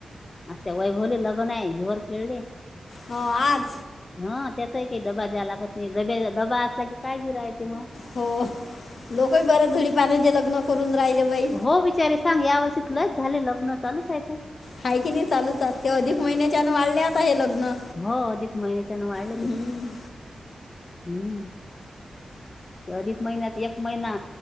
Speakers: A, on the left (about 30°); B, on the left (about 60°).
A: आ वय होले लग्न आहे हिर खेळले
B: हो आज
A: हा त्याचाही काही डब्बा द्या लागत नाहीडब्या डब्बा असचा कि काय जराय ते मग
B: हो लोकही बरे धुळी पाण्याचे लग्न करून राहिले बाई
A: हो बिचारे सांग या वर्षी तुलाच झाले लग्न चालूच आहे का
B: हा की नाही चालूचात ते अधिक महिन्याच्यान वाढले आता हे लग्न
A: हो अधिक महिन्याच्यान वाढले
B: हम्म.
A: ते हम्म ते अधिक महिन्यात एक महिना